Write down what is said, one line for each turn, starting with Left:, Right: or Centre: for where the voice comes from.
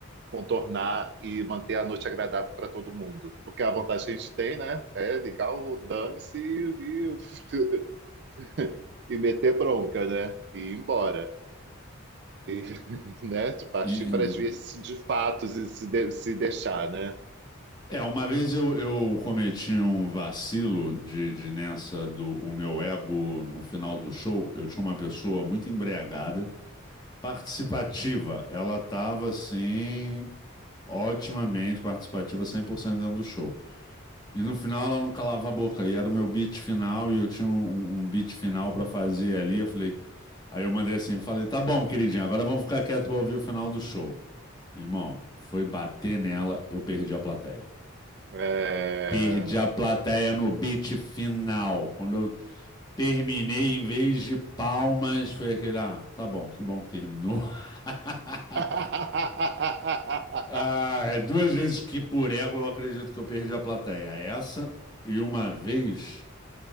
Right: contornar e manter a noite agradável para todo mundo. Porque a vontade que a gente tem, né, é ligar o dane-se e, e <laughs> e meter bronca, né, e ir embora. E, <laughs> né, de partir
Left: E,
Right: para as vias de fatos e se, de- se deixar, né?
Left: é, uma vez eu, eu cometi um vacilo de, de nessa do o meu ego no final do show. Eu tinha uma pessoa muito embriagada, participativa. Ela estava assim, otimamente participativa, 100% dentro do show. E no final ela não calava a boca. E era o meu beat final e eu tinha um, um um beat final pra fazer ali. Eu falei, aí eu mandei assim, falei, tá bom, queridinha, agora vamos ficar quieto pra ouvir o final do show. Meu irmão, foi bater nela, eu perdi a plateia.
Right: É...
Left: Perdi a plateia no beat final. Quando eu terminei, em vez de palmas, foi aquele, ah, tá bom, que bom que terminou. <laughs>
Right: <laughs>
Left: ah, duas vezes que por ego eu acredito que eu perdi a plateia. Essa e uma vez